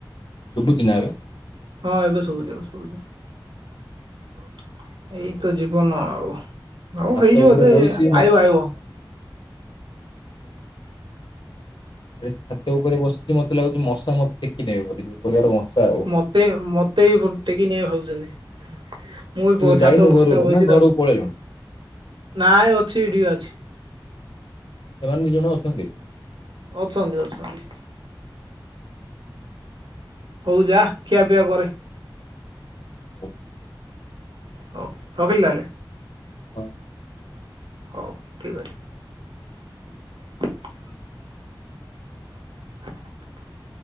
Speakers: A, on the left; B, on the right.
A: ଶୁଭୁଛି ନା ଏବେ
B: ହଁ ଏବେ ସବୁଛି ସବୁଛି ଏଇତ ଜୀବନ ଆଉ ଆଉ
A: ଛାତ
B: ହେଇଯିବ
A: ଉପରେ
B: ଏତେ
A: ବଇଛି
B: ଆଇବ ଆଇବ
A: ହୁଁ। ଆରେ ଛାତ ଉପରେ ବସିଛି ମତେ ଲାଗୁଛି ମଶା ମତେ ଟେକି ନେବେ ବୋଲି ଯୋଁ ପ୍ରକାର ମଶା। ଆଉ।
B: ମତେ ମତେ ବି ଟକିକି ନେବେ ଭାବଛନ୍ତି। ମୁଁ ବି
A: ତୁ
B: ପ
A: ଯାଇନୁ
B: ଛାତଉପରେ
A: ଘରକୁ
B: ବଇଛି
A: ନା ଘରକୁ
B: ତ
A: ପଳେଇଲୁଣି
B: ନାଇଁ ଅଛି ଏଇଠି କି ଅଛି
A: ଏମାନେ ଦିଇ ଜଣ ଅଛନ୍ତି।
B: ଅଛନ୍ତି ଅଛନ୍ତି। ହଉ ଯା ଖିଆ ପିଆ କରେ।
A: ହୁ।
B: ହଉ ରଖିଲି ତା ହେଲେ।
A: ହଉ।
B: ହଉ ଠିକ ଅଛି। <unintelligible>